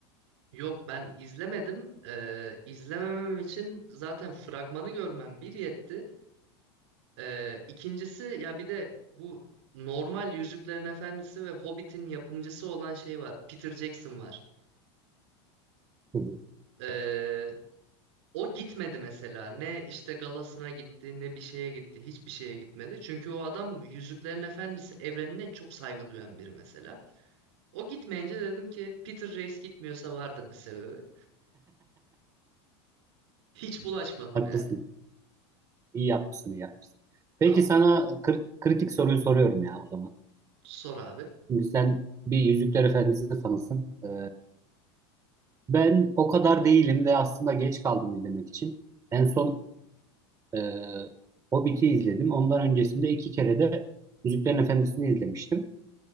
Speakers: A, on the right; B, on the right.
A: Yok ben izlemedim. Ee, izlememem için zaten fragmanı görmem bir yetti. Ee, ikincisi ya bir de bu normal Yüzüklerin Efendisi ve Hobbit'in yapımcısı olan şey var. Peter Jackson var.
B: Hı hı.
A: Ee, O gitmedi mesela. Ne işte galasına gitti, ne bir şeye gitti, hiçbir şeye gitmedi. Çünkü o adam Yüzüklerin Efendisi evrenine çok saygı duyan biri mesela. O gitmeyince dedim ki Peter Reis gitmiyorsa vardır bir sebebi. Hiç bulaşmadım
B: Haklısın.
A: yani.
B: İyi yapmışsın, iyi yapmışsın. Peki
A: Ama
B: sana kır- kritik soruyu soruyorum ya o zaman.
A: sor abi.
B: Şimdi sen bir Yüzükler Efendisi fanısın. E, ben o kadar değilim ve aslında geç kaldım izlemek için. En son Ee, Hobbit'i izledim. Ondan öncesinde iki kere de Yüzüklerin Efendisi'ni izlemiştim.